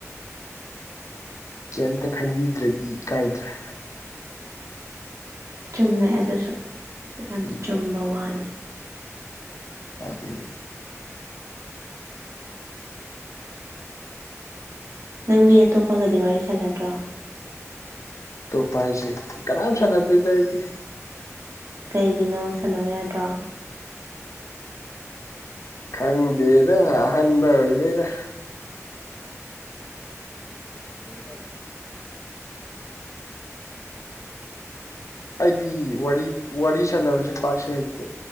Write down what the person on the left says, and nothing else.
ꯀꯩꯝꯇ ꯈꯟꯕꯤꯗ꯭ꯔꯗꯤ ꯏꯀꯥꯏꯗ꯭ꯔꯥ
ꯎꯝ
ꯑꯗꯤ
ꯑꯇꯣꯞꯄ ꯍꯥꯏꯁꯤ ꯀꯅꯥꯝ ꯁꯥꯟꯅꯗꯦꯗ ꯑꯩꯗꯤ
ꯈꯪꯗꯦꯗ ꯑꯍꯥꯟꯕ ꯑꯣꯏꯕꯩꯔꯥ
ꯑꯩꯗꯤ ꯋꯥꯔꯤ ꯋꯥꯔꯤ ꯁꯥꯟꯅꯕꯁꯨ ꯄꯥꯛꯁꯨ ꯍꯩꯇꯦ